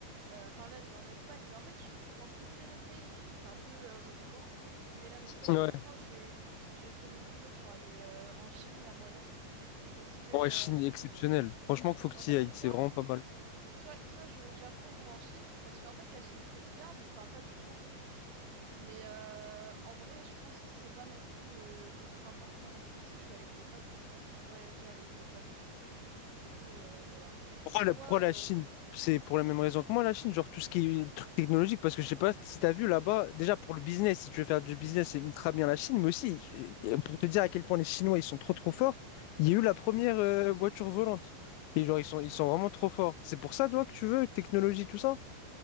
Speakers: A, on the right; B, on the left.
A: Euh, Enfin, là, je vais en Espagne, mais en fait, je prends toujours les mêmes pays, du coup, c'est un peu euh, redondant. Mais l'année prochaine,
B: Ouais,
A: je pense que j'ai j'ai économisé pour aller euh, en Chine, il y a moyen. Parce que, euh,
B: Ouais, Chine est exceptionnelle. Franchement, qu'il faut que
A: en
B: tu
A: fait,
B: y ailles.
A: c'est
B: C'est
A: soit,
B: vraiment pas mal.
A: soit, soit je vais au Japon ou en Chine, parce qu'en fait, la Chine, c'est bien, mais ils parlent pas du tout anglais. Mais euh, en vrai, je pense que c'est pas non plus euh, ultra important non plus si je suis avec des potes, puisque je compte voyager avec des amis. Du coup, euh, voilà.
B: Pourquoi
A: Et toi,
B: la, pourquoi
A: euh,
B: la Chine? C'est pour la même raison que moi, la Chine. Genre, tout ce qui est truc technologique. Parce que je sais pas si t'as vu là-bas. Déjà, pour le business, si tu veux faire du business, c'est ultra bien la Chine. Mais aussi, euh, pour te dire à quel point les Chinois, ils sont trop, trop forts, il y a eu la première euh, voiture volante. Et genre, ils sont, ils
A: ouais.
B: sont vraiment trop forts. C'est pour ça, toi, que tu veux, technologie, tout ça?